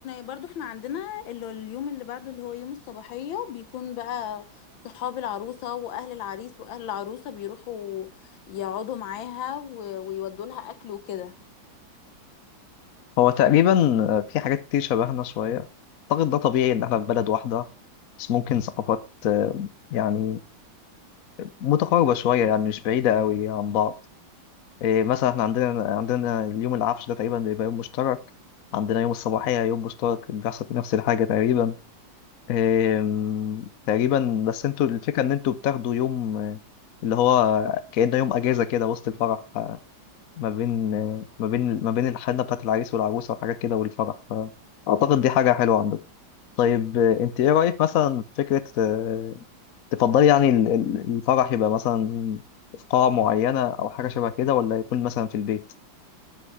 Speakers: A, on the left; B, on the left.
A: برضو احنا عندنا اللي اليوم اللي بعده اللي هو يوم الصباحية بيكون بقى صحاب العروسة وأهل العريس وأهل العروسة بيروحوا يقعدوا معاها و- ويودوا لها أكل وكده
B: هو تقريبا آه، في حاجات كتير شبهنا شوية أعتقد ده طبيعي إن إحنا في بلد واحدة بس ممكن ثقافات آه، يعني متقاربة شوية يعني مش بعيدة قوي عن بعض إيه، مثلا إحنا عندنا عندنا اليوم العفش ده تقريبا بيبقى يوم مشترك عندنا يوم الصباحية يوم مشترك بيحصل فيه نفس الحاجة تقريبا أم، تقريبا بس انتوا الفكرة ان انتوا بتاخدوا يوم آه، اللي هو كأنه يوم اجازة كده وسط الفرح آه، ما بين آه، ما بين ما بين الحنة بتاعت العريس والعروسة وحاجات كده والفرح اعتقد دي حاجة حلوة عندكم طيب آه، انت ايه رأيك مثلا في فكرة آه، تفضلي يعني ال- ال- الفرح يبقى مثلا في قاعة معينة او حاجة شبه كده ولا يكون مثلا في البيت